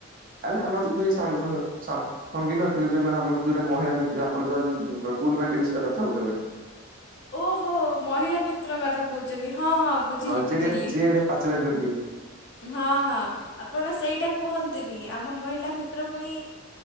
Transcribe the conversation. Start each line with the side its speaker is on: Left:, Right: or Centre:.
Right: ଆରେ ଆମର ଦୁଇ ସାଙ୍ଗ ସଜୋ ସ ସଙ୍ଗୀନ <unintelligible> ଯୋଉମାନେ ଆମର ଯୋଉଟା ମହିଳା ମିଥିଲେ ଆପଣ ଯୋଉ ଆ ଜି ଯୁ ପୁଲ ବାଟି ବିଷୟରେ କଥା ହଉଥିଲେ।
Left: ଓହୋ ମହିଳା ମିତ୍ର କଥା କହୁଚନ୍ତି ହଁ ହଁ ବୁଝିଲି
Right: ଯିଏ
Left: ବୁଝିଲି।
Right: ଟିକେ ଯିଏ ଟିକେ ପାଚିଲା ଚୁଟି।
Left: ହଁ ହଁ ଆପଣ ସେଇଟା କୁହନ୍ତୁନି ଆମ ମହିଳା ମିତ୍ର ପୁଣି